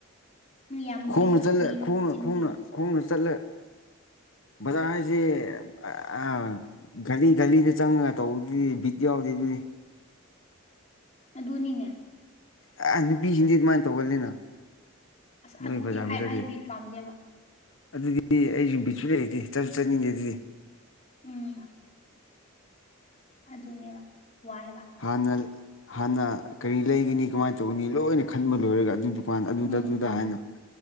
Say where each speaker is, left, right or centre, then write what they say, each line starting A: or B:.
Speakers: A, on the left; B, on the left.
A: ꯃꯤ ꯌꯥꯝ
B: ꯈꯣꯡꯅ
A: ꯁꯤꯒ
B: ꯆꯠꯂ
A: ꯃꯤ
B: ꯈꯣꯡꯅ
A: ꯈꯨꯆꯤꯟꯁꯤꯒ
B: ꯈꯣꯡꯅ ꯈꯣꯡꯅ ꯆꯠꯂꯦ ꯕꯖꯥꯔ ꯍꯥꯏꯁꯤ ꯑ ꯘꯂꯤ ꯘꯂꯤꯗ ꯆꯪꯉꯒ ꯇꯧꯕꯗꯨꯗꯤ ꯕꯤꯠ ꯌꯥꯎꯗꯦ ꯑꯗꯨꯗꯤ
A: ꯑꯗꯨꯅꯤꯅꯦ
B: ꯑꯥ ꯅꯨꯄꯤꯁꯤꯡꯗꯤ ꯑꯗꯨꯃꯥꯏꯅ ꯇꯧꯒꯜꯂꯤꯅ
A: ꯑꯁ
B: ꯅꯣꯏ
A: ꯑꯗꯨꯗꯤ
B: ꯕꯖꯥꯔ
A: ꯑꯩ
B: ꯕꯖꯥꯔꯗꯤ
A: ꯑꯩꯗꯤ ꯄꯥꯝꯗꯦꯕ
B: ꯑꯗꯨꯗꯤ ꯑꯩ ꯁꯨ ꯕꯤꯠꯁꯨ ꯂꯩꯇꯦ ꯆꯠꯁꯨ ꯆꯠꯅꯤꯡꯗꯦ ꯑꯗꯨꯗꯤ
A: ꯎꯝ ꯑꯗꯨꯅꯦꯕ ꯋꯥꯏꯕ
B: ꯍꯥꯟꯅ ꯍꯥꯟꯅ ꯀꯔꯤ ꯂꯩꯒꯅꯤ ꯀꯃꯥꯏꯅ ꯇꯧꯒꯅꯤ ꯂꯣꯏꯅ ꯈꯟꯕ ꯂꯣꯏꯔꯒ ꯑꯗꯨꯗꯨ ꯑꯗꯨꯗ
A: ꯎꯝ
B: ꯑꯗꯨꯗ ꯍꯥꯏꯅ